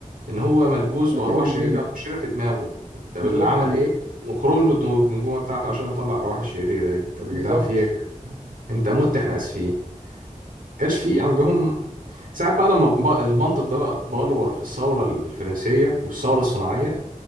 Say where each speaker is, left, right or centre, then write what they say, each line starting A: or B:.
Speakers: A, on the right; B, on the right.
A: إن هو ملبوس بأرواح
B: راكبهم
A: شريرة
B: جن
A: شريرة في دماغه طب
B: بالظبط
A: اللي عمل
B: أه
A: إيه؟ إنه خرم له الدو- الجمجمة بتاعته عشان يطلع الأرواح الشريرة دي طب
B: بالظبط
A: يا جدعان في إيه يا جدعان؟ أنت مت إحنا آسفين كانش في عندهم ساعات بقى لما الب- المنطق ده بقى اتبلور في الثورة الفرنسية والثورة الصناعية